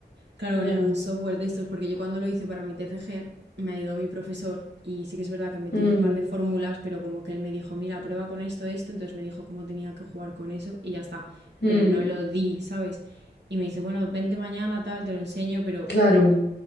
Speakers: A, on the right (about 85°); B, on the left (about 80°).
A: Claro,
B: ya.
A: con ningún software de estos, porque yo cuando lo hice para mi TFG me ayudó mi profesor y sí que es verdad que metí
B: Mm,
A: un par de fórmulas, pero como que él me dijo, mira, prueba con esto, esto, entonces me dijo cómo tenía que jugar con eso y ya está,
B: mm,
A: pero no lo di, ¿sabes? Y me dice, bueno, vente mañana, tal, te lo enseño, pero
B: Claro,